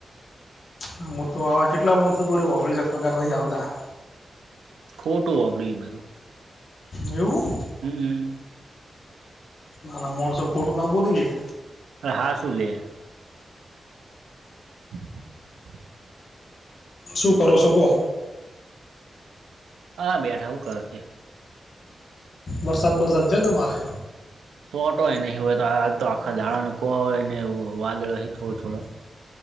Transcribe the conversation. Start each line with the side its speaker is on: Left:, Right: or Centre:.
Left: હા હું તો આવા કેટલા માણસો જોડે ઓગીડીશે પગાર નહી આવતા.
Right: ખોટું આપડી ઈ બધું.
Left: એવું.
Right: હમ.
Left: આના મણસો ખોટુ ના બોલીયે.
Right: હાસું લયા <inaudible>
Left: શું કરો છો કો
Right: હા બેઠા હું કરો કે
Left: વરસાદ વરસાદ છે તમારે
Right: તોટો હોય નહ હોય તો આાલ તો આખા દાડાનો કો હોય ને વાદળો હ થોડો થોડો